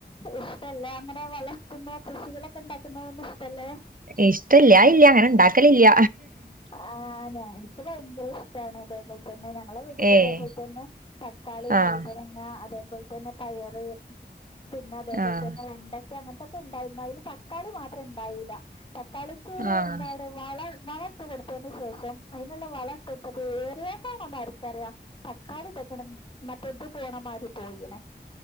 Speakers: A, on the left; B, on the right.
A: ഇഷ്ടല്ലേ അങ്ങനെ വളർത്തുന്ന കൃഷികളൊക്കെ ഇണ്ടാക്കുന്നത് ഒന്നും ഇഷ്ടല്ലേ
B: ഇഷ്ടല്ല ഇല്ല അങ്ങനെ ഇണ്ടാക്കലില്ല
A: ആ ഞാൻ എനിക്ക് ഭയങ്കര ഇഷ്ടമാണ് അതേപോലെ തന്നെ ഞങ്ങളെ വീട്ടിൽ
B: ഏഹ്
A: ഇതേപോലെതന്നെ തക്കാളി,
B: ആഹ്
A: വഴ്തന അതേപോലെ തന്നെ പയറ് പിന്ന അതേപലെ
B: ആഹ്
A: തന്നെ വെണ്ട അങ്ങനത്തെക്കെ ഉണ്ടായിരുന്നു അയില് തക്കാളി മാത്രം ഉണ്ടായില്ല തക്കാളിക്ക്
B: ആഹ്
A: എന്താണ് വള വളം ഇട്ട് കൊടുത്തതിന് ശേഷം അതിനുള്ള വളം കൊടുത്തത് <unintelligible> ആർക്കറിയാം തക്കാളി തകണം മറ്റേ ഇതു പോണമാരി പോയിണ്